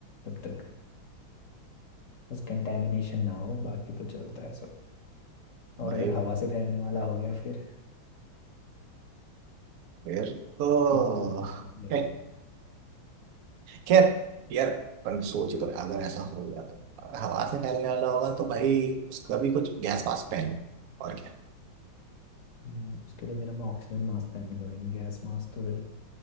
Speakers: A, on the left; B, on the right.
A: तब तक बस कंटेमिनेशन ना हो बाकी तो चलता है सब और
B: भाई
A: अगर हवा से फैलने वाला हो गया फिर
B: फिर तो
A: फिर मैं पंखे
B: <laughs>
A: लेने लगूंगा
B: खैर यार अपन सोच तो अगर ऐसा हो गया तो अगर हवा से फैलने वाला होगा तो भाई उसका भी कुछ गैस मास्क पहने और क्या
A: हम्म, उसके लिए फिर हमें ऑक्सीजन मास्क पहनने पड़ेंगे गैस मास्क तो फिर